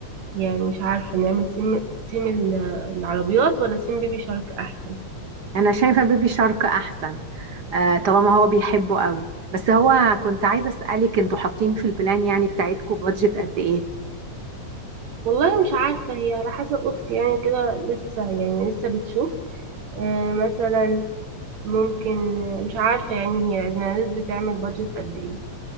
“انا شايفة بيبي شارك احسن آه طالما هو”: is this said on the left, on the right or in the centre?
Right